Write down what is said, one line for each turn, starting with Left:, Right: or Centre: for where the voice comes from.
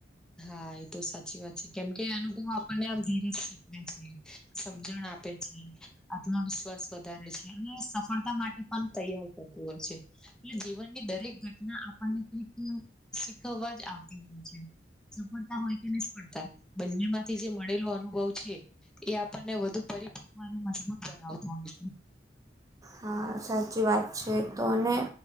Centre: હા એતો સાચી વાત છે કેમકે અનુભવ આપણને આ ધીરેજ શીખવે છે. સમજણ આપે છે આત્મવિશ્વાસ વધારે છે અને સફળતા માટે પણ તૈયાર થતું હોય છે એટલે જીવનની દરેક ઘટના આપણને કંઈક શીખવવા જ આવતી હોય છે, સફળતા હોય કે નિષ્ફળતા બંનેમાંથી જે મળેલો અનુભવ છે. એ આપણને વધુ પરિપક્વ અને મજબૂત બનાવતું હોય છે.
Right: હા સાચી વાત છે તો અને